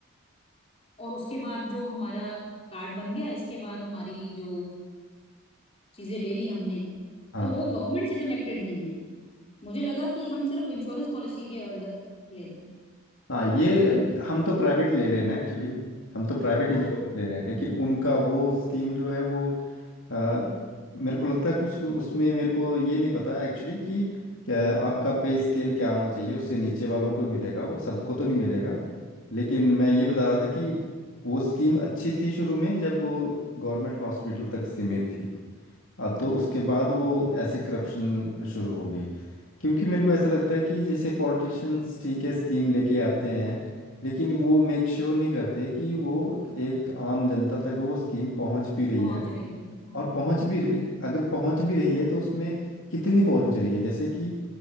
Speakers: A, on the left (about 30°); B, on the left (about 65°).
A: और उसके बाद जो हमारा कार्ड बन गया इसके बाद हमारी जो चीजें ले ली हमने
B: हाँ
A: तो वो
B: हाँ
A: गवर्नमेंट से कनेक्टेड नहीं है मुझे लगा कि हम सिर्फ इंश्योरेंस पॉलिसी के अंडर लेते हैं
B: हाँ ये हम तो प्राइवेट ले रहे हैं ना एक्चुअली हम तो प्राइवेट
A: हाँ
B: इंश्योरेंस ले रहे हैं लेकिन उनका वो स्कीम जो है वो अ, मेरे को लगता है कुछ उसमें मेरे को ये नहीं पता एक्चुअली कि क्या आपका पे स्केल क्या होना चाहिए उससे नीचे वालों को मिलेगा वो सबको तो नहीं मिलेगा लेकिन मैं ये बता रहा था कि वो स्कीम अच्छी थी शुरू में जब वो गवर्नमेंट हॉस्पिटल तक सीमित थी अब तो उसके बाद वो ऐसे करप्शन शुरू हो गई क्योंकि मेरे को ऐसा लगता है कि जैसे पॉलिटिशियंस ठीक है स्कीम लेके आते हैं लेकिन वो मेक श्योर नहीं करते कि वो एक आम जनता तक वो स्कीम पहुंच भी रही
A: पहुंच
B: है ना
A: रही है हाँ
B: और पहुंच भी रही- अगर पहुंच भी रही है तो उसमें कितनी पहुंच रही है जैसे कि